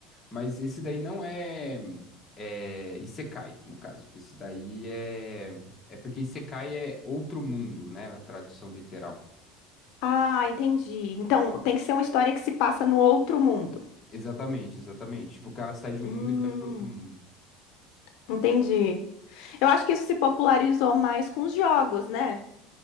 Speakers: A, on the left; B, on the left.
A: Mas esse daí não é, é Isekai, no caso. Esse daí é. É porque Isekai é outro mundo, né? A tradução literal.
B: Ah, entendi. Então, tem que ser uma história que se passa no outro mundo.
A: Exatamente, exatamente. Tipo, o cara sai de um
B: Hum,
A: mundo e vai para outro mundo.
B: entendi. Eu acho que isso se popularizou mais com os jogos, né?